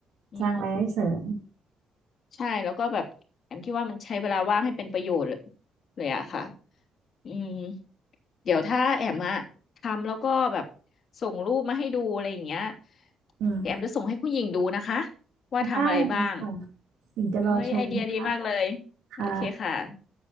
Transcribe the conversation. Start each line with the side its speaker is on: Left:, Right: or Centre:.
Left: ำ
Right: สร้างรายได้เสริม
Left: ใช่แล้วก็แบบแอมคิดว่ามันใช้เวลาว่างให้เป็นประโยชน์เลยเลยอะค่ะอืมเดี๋ยวถ้าแอมอะทำแล้วก็แบบส่งรูปมาให้ดูอะไรอย่างเงี้ย
Right: อืม
Left: แอมจะส่งให้คุณหญิงดูนะคะว่าทำอะไรบ้าง
Right: ได้เลยค่ะถึงจะรอชมนะ
Left: เอ้ยไอเดียดีมากเลยโอเคค่ะ
Right: คะ